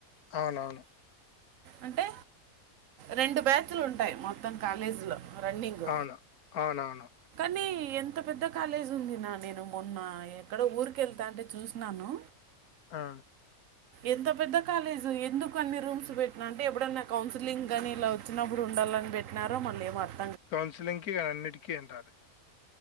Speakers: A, on the left; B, on the right.
A: అవునవును.
B: అంటే రెండు బ్యాచ్ లు ఉంటాయి మొత్తం కాలేజీలో. రన్నింగ్
A: అవును. అవునవును
B: నీ ఎంత పెద్ద కాలేజ్ ఉంది న్నా నేను మొన్న ఎక్కడో ఊరికెళ్తాంటే చూసినాను.
A: ఆ
B: ఎంత పెద్ద కాలేజు ఎందుకు అన్ని రూమ్స్ పెట్టినా అంటే ఎప్పుడైన్నా కౌన్సిలింగ్ గానీ ఇలా వచ్చినప్పుడు ఉండాలని పెట్టినారో మళ్ళీ ఏమో అర్
A: కౌన్సిలింగ్ కి ఇగ అన్నిటిక్ కీ అంట అది